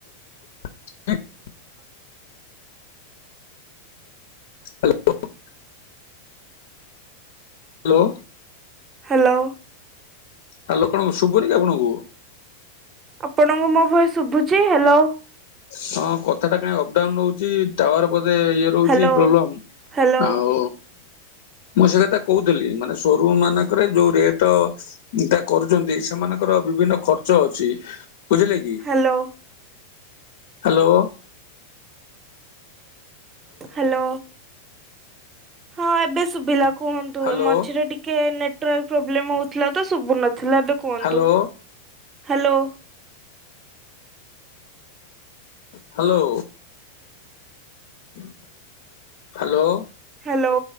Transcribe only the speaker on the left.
<unintelligible> ହ୍ୟାଲୋ। ହ୍ୟାଲୋ।
ହାଲୋକଣ ଶୁଭୁନି କି ଆପଣଙ୍କୁ?
ହଁ କଥା ଟା କାଇଁ ଅପଡାଉନ ରଉଛି ଟାୱାର ବୋଧେ ଇଅ ରଉଛି
ପ୍ରବ୍ଲେମ
ଆଉ ମୁଁ ସେ କଥା କହୁଥିଲି ମାନେ ସୋରୁମ ମାନଙ୍କରେ ଯୋଉ ରେଟ ତା କରୁଛନ୍ତି ସେମାନଙ୍କର ବିଭିନ୍ନ ଖର୍ଚ୍ଚ ଅଛି ବୁଝିଲେ କି!
ହ୍ୟାଲୋ।
ହ୍ୟାଲୋ
ହ୍ୟାଲୋ
ହ୍ୟାଲୋ। <inaudible> ହ୍ୟାଲୋ।